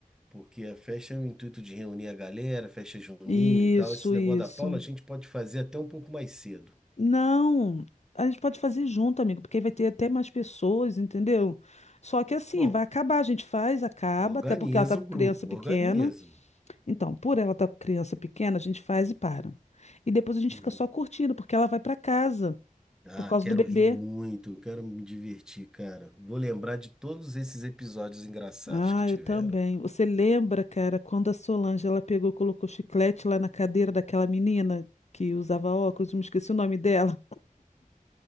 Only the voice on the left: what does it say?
Isso,
isso.
Não, a gente pode fazer junto, amigo, porque aí vai ter até mais pessoas, entendeu? Só que assim,
vai acabar, a gente faz, acaba,
até porque ela tá com
criança pequena.
Então, por ela estar tá com criança pequena, a gente faz e para. E depois a gente
fica só curtindo, porque ela vai para casa
por causa
do bebê.
Ah,
eu também. Você lembra, cara, quando a Solange ela pegou, e colocou chiclete lá na cadeira daquela menina que usava óculos, eu me esqueci o nome dela.